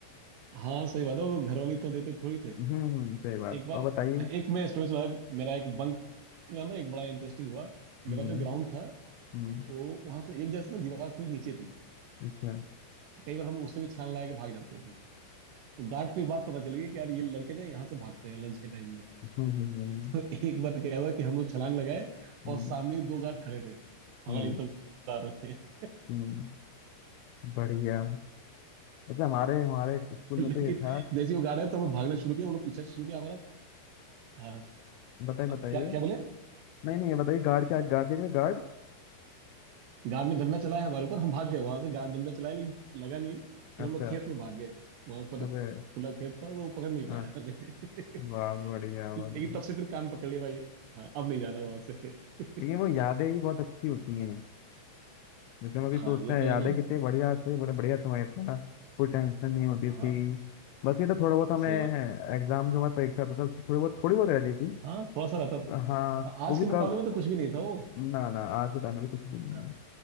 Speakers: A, on the right; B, on the left.
A: हाँ सही बात है वो घर वाले इतना देते थोड़ी थे
B: हम्म हम्म सही बात
A: एक बार
B: और बताइए
A: एक मैं स्टोरी सुना मेरा एक बंक का ना एक बड़ा इंटरेस्टिंग हुआ
B: हम्म
A: मेरा जो ग्राउंड था
B: हम्म
A: वो वहां से एक जैसे ना दीवार थोड़ी नीचे थी
B: अच्छा
A: कई बार हम लोग उससे भी छलांग लगा के भाग जाते थे तो गार्ड को ये बात पता चल गई कि यार ये लड़के ना यहाँ से भागते हैं लंच के टाइम में
B: हम्म हम्म हम्म
A: तो एक बार क्या हुआ कि हम लोग छलांग लगाए
B: हम्म
A: और सामने ही दो गार्ड खड़े थे हमारे
B: हम्म,
A: इंतजार में
B: हम्म, बढ़िया अच्छा हमारे हमारे स्कूल
A: <laughs> लेकिन
B: में तो ये था
A: जैसे ही वो गार्ड आए तो हम लोग भागना शुरू किया वो लोग पीछा शुरू किया हमारा हाँ
B: बताइए बताइए
A: अब क्या क्या बोले
B: नहीं नहीं ये बताइए गार्ड क्या गार्ड क्या गार्ड
A: गार्ड ने डंडा चलाया हमारे ऊपर हम भाग गए वहां से गार्ड डंडा चलाया लेकिन लगा नहीं फिर
B: अच्छा
A: हम लोग खेत में भाग गए वहां पर
B: अरे
A: तो खुला खेत था तो वो पकड़ नहीं
B: हाँ
A: पाया हमें <laughs>
B: वाह बढ़िया
A: लेकिन
B: बढ़िया
A: तब से फिर कान पकड़ लिया भाई हाँ अब नहीं जाना वहां से
B: लेकिन वो
A: <laughs>
B: यादें ही बहुत अच्छी होती हैं जैसे हम अभी सोचते
A: हाँ ये
B: हैं
A: तो है
B: यादें
A: कि
B: कितनी बढ़िया थे बड़े बढ़िया समय था कोई टेंशन नहीं होती
A: हाँ
B: थी बस ये तो थोड़ा बहुत हमें
A: सही
B: एग्जाम
A: बात है
B: जो हमारी परीक्षा होता था उसमें थोड़ी बहुत थोड़ी बहुत रहती थी
A: हाँ थोड़ा सा रहता
B: हाँ
A: हाँ, आज
B: वो भी
A: के मुकाबले
B: कब
A: में तो कुछ भी नहीं था वो
B: ना ना आज के टाइम में कुछ भी नहीं
A: हाँ
B: है।